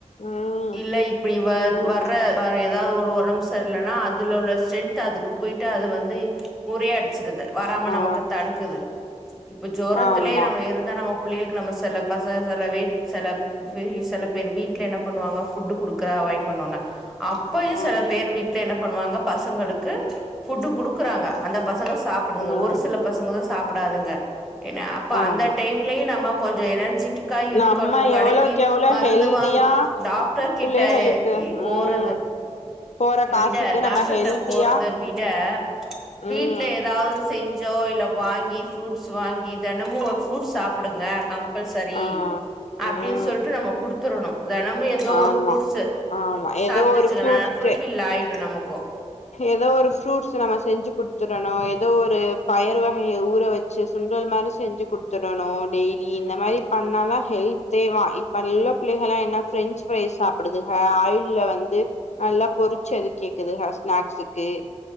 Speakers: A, on the left; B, in the centre.
A: ம்
B: இல்ல இப்டி வ
A: ம்
B: வர்ற வ ஏதாவது ஒரு வருடம்ஸ் தெர்லேனா அதுல உள்ள ஸ்ட்ரென்த் அதுக்கு போயிட்டு அத வந்து முறையடிச்சிருது வராம
A: ஆ
B: நமக்கு தடுக்குது இப்போ ஜொரத்
A: ஆமா
B: லே நம்ம இருந்தா நம்ம பிள்ளைளுக்கு நம்ம செல பசங் செல வீட் செல செல பேர் வீட்டுல என்ன பண்ணுவாங்க ஃபுட் குடுக்குற அவாய்ட் பண்ணுவாங்க அப்பயு
A: ஆமா
B: செல பேர் வீட்டுல என்னப் பண்ணுவாங்க பசங்களுக்கு ஃப்புட்டு் குடுக்குறாங்க அந்த பசங்க சாப்புறதுங்க
A: ம்
B: ஒரு சில பசங்கதா சாப் ப்புடாதுங்க என்ன ப்ப
A: ஆமா
B: அந்த டைம்லயும் நம்ம கொஞ்சோ எனர்ஜி க்க இருக்கணு
A: நம்ம
B: கடைக்கி
A: எவ்வளோக்கு எவ்ளோ
B: மறந்துவாங்க
A: ஹெல்தியா
B: டாக்டர் கிட்ட
A: புள்ளைகளுக்கு
B: போறது
A: ம் போற காசுக்கு
B: விட டாக்டர்
A: நம்ம ஹெல்தியா
B: போறத விட வீட்ல
A: ம்
B: ஏதாவது செஞ்சு ஜோ இல்ல வாங்கி ஃப்ரூட்ஸ் வாங்கி தண் தெனமும் ஒரு ஃபுரூட் சாப்பிடுங்க கம்ப் சரி
A: ஆ
B: அப்டின்னு
A: ம்
B: சொல்லிட்டு நம்ம குடுத் த்துறனு தெனமும் ஏதோ
A: ஆமா
B: ஒரு ஃரூட்ஸ்
A: ஆமா
B: சாப்பிட்டுச்சுக்கன்னா
A: ஏதோ ஒரு ஃப்ரூட்ஸ்
B: ஃபுல்பில் ஆயிடும் நமக்கு
A: ஏதோ ஒரு ஃப்ரூட்ஸ் நம்ம செஞ்சு குடுத்துடணு ஏதோ ஒரு பயர் வகைய ஊற வச்சு சுண்டல் மாரி செஞ்சு குடுத்துடணும் டெய்லி இந்த மாதிரி பண்ணாதா ஹெல்த்தேவான் இப்ப நல்ல புள்ளகெலா என்ன பிரெஞ்சு ஃரைஸ் சாப்புடுதுக ஆயில்ல வந்து நல்லா பொறிச்சது கேக்குதுக ஸ்நாக்ஸுக்கு